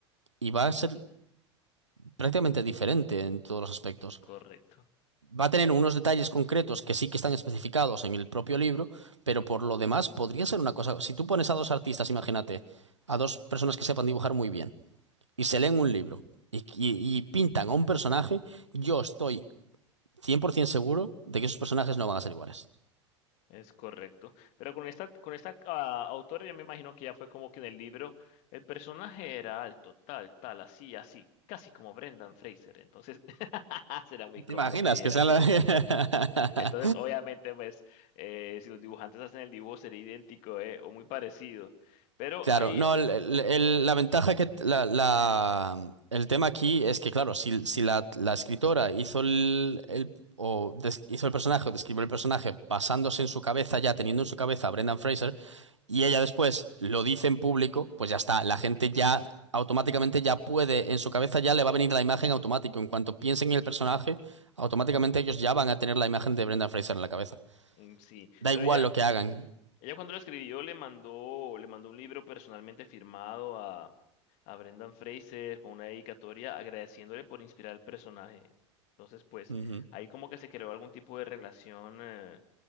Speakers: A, on the right (about 80°); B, on the left (about 50°).
A: y va a ser prácticamente diferente en todos los aspectos
B: Es correcto,
A: va a tener unos detalles concretos que sí que están especificados en el propio libro, pero por lo demás podría ser una cosa. Si tú pones a dos artistas, imagínate, a dos personas que sepan dibujar muy bien y se leen un libro y, y- y pintan a un personaje, yo estoy 100% seguro de que esos personajes no van a ser iguales.
B: es correcto. Pero con esta, con esta ah, autora yo me imagino que ya fue como que en el libro el personaje era alto, tal, tal, así, así, casi como Brendan Fraser. Entonces <laughs> será muy cómico
A: ¿Te imaginas
B: que dijera
A: que sea la... <laughs>
B: Entonces, obviamente, pues, eh, si los dibujantes hacen el dibujo sería idéntico, eh, o muy parecido. Pero
A: Claro,
B: hay,
A: no, el- el- el- la ventaja que la, la- el tema aquí es que, claro, si, si la, la escritora hizo el, el- o des- hizo el personaje o describió el personaje basándose en su cabeza, ya teniendo en su cabeza a Brendan Fraser, y ella después lo dice en público, pues ya está, la gente ya automáticamente ya puede, en su cabeza ya le va a venir la imagen automático. En cuanto piensen en el personaje, automáticamente ellos ya van a tener la imagen de Brendan Fraser en la cabeza.
B: mm, sí,
A: Da
B: pero
A: igual
B: ella,
A: lo que hagan.
B: ella cuando lo escribió le mandó, le mandó un libro personalmente firmado a, a Brendan Fraser con una dedicatoria agradeciéndole por inspirar el personaje. Entonces, pues,
A: Ujú,
B: ahí como que se creó algún tipo de relación, eh,